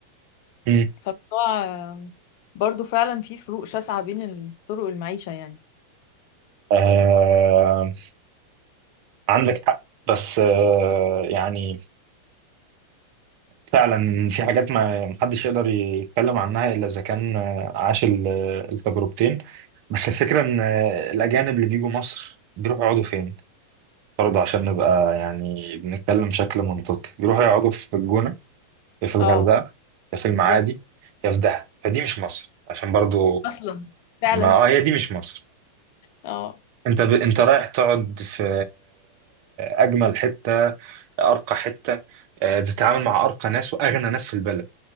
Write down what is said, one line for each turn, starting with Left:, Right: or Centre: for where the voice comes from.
Right: مم.
Left: فالموضوع آه، برضو فعلا في فروق شاسعة بين طرق المعيشة يعني
Right: آه... عندك حق بس آه... يعني فعلا في حاجات ما محدش يقدر يتكلم عنها الا اذا كان آه، عاش ال- آه، التجربتين بس الفكره ان آه، الاجانب اللي بيجوا مصر بيروحوا يقعدوا فين برضه عشان نبقى يعني بنتكلم بشكل منطقي بيروحوا يقعدوا في الجونه يا في الغردقه
Left: اه
Right: يا في المعادي
Left: بالظبط
Right: يا في دهب فدي مش مصر عشان برضه
Left: اصلا فعلا
Right: ما آه هي دي مش مصر
Left: اه
Right: انت ب... انت رايح تقعد في اجمل حته ارقى حته آه، بتتعامل مع ارقى ناس واغنى ناس في البلد